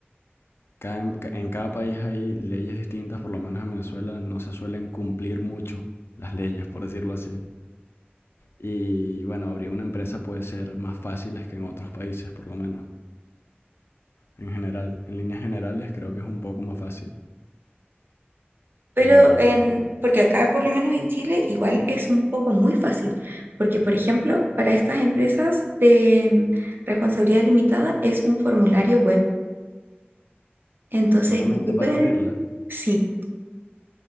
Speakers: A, on the left (about 75°); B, on the right (about 55°).
A: cada- en, ca- en cada país hay leyes distintas, por lo menos en Venezuela no se suelen cumplir mucho las leyes, por decirlo así. Y bueno, abrir una empresa puede ser más fácil que en otros países, por lo menos. En general, en líneas generales creo que es un poco más fácil.
B: Pero
A: En,
B: en,
A: cu-
B: porque acá, por lo menos en Chile, igual es un poco muy fácil, porque por ejemplo, para estas empresas de mm, responsabilidad limitada es un formulario web. Entonces,
A: solamente
B: es súper,
A: para abrirla.
B: sí.